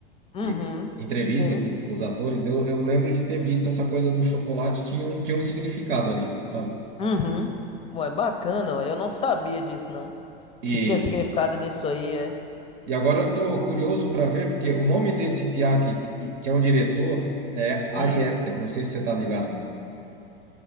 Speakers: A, on the left; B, on the right.
A: Uhum.
B: E entrevista
A: Sim.
B: com, com os atores. daí Eu, eu lembro de ter visto essa coisa do chocolate, tinha um, tinha um significado ali, sabe?
A: Uhum. Ué, bacana, ué. Eu não sabia disso, não.
B: E,
A: Que tinha significado nisso aí, é.
B: e agora eu tô curioso para ver, porque o nome desse piá que, que, que é o diretor é Ari
A: Hum.
B: Aster, não sei se você tá ligado.